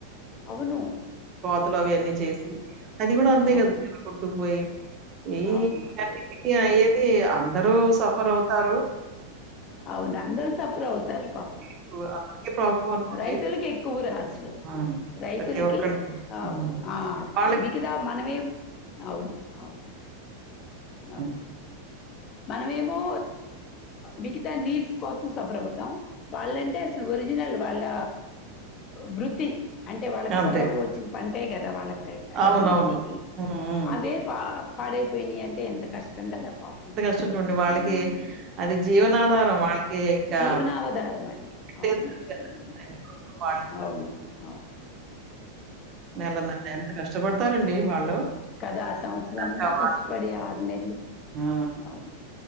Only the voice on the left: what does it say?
అవును
అవును.
అవును.
అవును అందరు సఫర్ అవుతారు పాపం
రైతులకి ఎక్కువ రా అసలు
రైతులకి
ఆ
ఆ
మిగతా మనమే అవును అవును
అవును. మనమేమో మిగతా నీడ్స్ కోసం సఫర్ అవుతాం వాళ్ళంటే అసలు ఒరిజిన్ వాళ్ళ వృత్తి అంటే వాళ్ళకి
పొలంలో వచ్చిన పంటే కదా వాళ్ళకి డబ్బులి
ఇచ్చేది
అదే పా పాడైపోయినాయి అంటే ఎంత కష్టం కదా పాపం
హ్మ్.
జీవనావధారం
అవును
అవును
అవును అవును
కదా ఆ సంవత్సరం అంతా
కష్టపడి ఆరు నెలలు
అవును